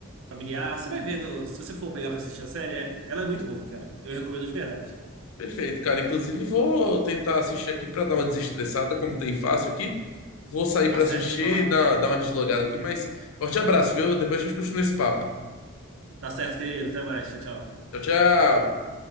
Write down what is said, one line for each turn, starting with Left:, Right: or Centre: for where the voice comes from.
Right: Familiar. Você vai ver, no- se você for pegar pra assistir a série, é- ela é muito boa, cara. Eu recomendo de verdade.
Left: Perfeito, cara. Inclusive, vou tentar assistir aqui pra dar uma desestressada, como tem fácil aqui. Vou sair
Right: Tá
Left: pra
Right: certo,
Left: assistir
Right: vai lá.
Left: dar, dar uma deslogada aqui, mas forte abraço, viu? Depois a gente continua esse papo.
Right: Tá certo, querido. Até mais. Tchau, tchau.
Left: Tchau, tchau.